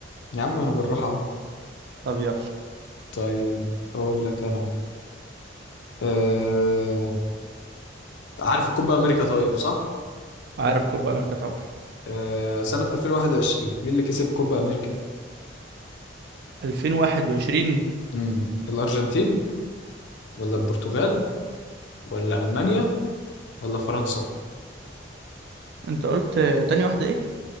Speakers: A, on the left (about 70°); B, on the right (about 60°).
A: يا عم انا بالراحة اهو
B: طب يلا
A: طيب اقول لك انا آه، عارف الكوبا امريكا طيب صح
B: عارف كوبا امريكا طبعا
A: آه، سنة 2021 مين اللي كسب كوبا امريكا
B: 2021
A: مم. الارجنتين ولا البرتغال ولا المانيا ولا فرنسا
B: انت قلت تاني واحده ايه